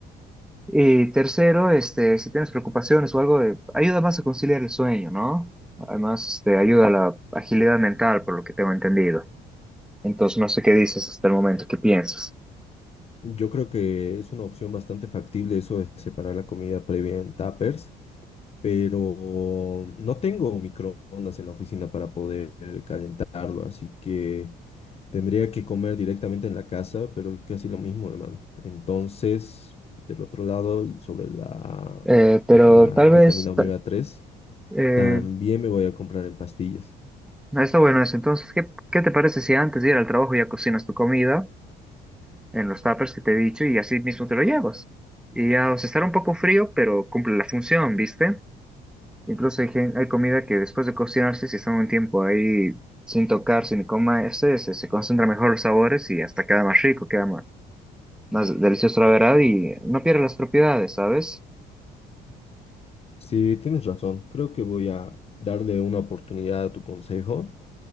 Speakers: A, in the centre; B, on the left.
A: Y tercero, este, si tienes preocupaciones o algo, eh, ayuda más a conciliar el sueño, ¿no? Además, este, ayuda a la agilidad mental, por lo que tengo entendido. Entonces, no sé qué dices hasta el momento, qué piensas.
B: Yo creo que es una opción bastante factible eso de separar la comida previa en tuppers, pero no tengo microondas en la oficina para poder calentarlo, así que... Tendría que comer directamente en la casa, pero es casi lo mismo, hermano. Entonces, del otro lado, sobre la,
A: Eh, pero
B: la
A: tal
B: vitamina
A: vez...
B: omega
A: ta-
B: 3,
A: eh,
B: también me voy a comprar en pastillas.
A: No, Está bueno eso. Entonces, ¿qué, qué te parece si antes de ir al trabajo ya cocinas tu comida en los tuppers que te he dicho y así mismo te lo llevas? Y ya, o sea, estará un poco frío, pero cumple la función, ¿viste? Incluso hay, gen- hay comida que después de cocinarse, si están un tiempo ahí sin tocar, sin comerse, se, se concentran mejor los sabores y hasta queda más rico, queda más más, delicioso la verdad y no pierde las propiedades, ¿sabes?
B: Sí, tienes razón. Creo que voy a darle una oportunidad a tu consejo.